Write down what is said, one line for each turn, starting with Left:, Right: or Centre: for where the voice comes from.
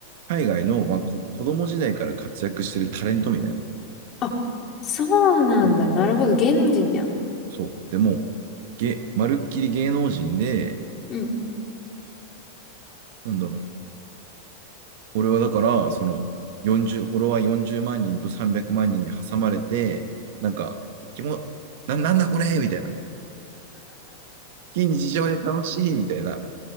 Right: 海外の、まあ、こ子供時代から活躍してるタレントみたいな。
Left: あ、そうなんだ。
Right: そう。
Left: なるほど。芸能人じゃん。
Right: そう。でも、げ、まるっきり芸能人で、
Left: うん。
Right: なんだろう。俺はだから、その、40、フォロワー40万人と300万人にんに挟まれて、なんか、気も、な、なんだこれみたいな。非日常で楽しいみたいな